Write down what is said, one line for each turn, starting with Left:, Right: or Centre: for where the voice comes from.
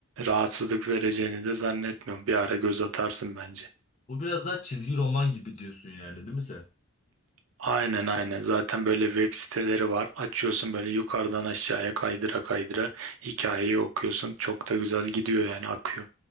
Right: rahatsızlık vereceğini de zannetmiyorum. Bir ara göz atarsın bence.
Left: <laughs> Bu biraz daha çizgi roman gibi diyorsun yani değil mi sen?
Right: Aynen aynen zaten böyle web siteleri var açıyorsun böyle yukarıdan aşağıya kaydıra kaydıra hikayeyi okuyorsun çok da güzel gidiyor yani akıyor.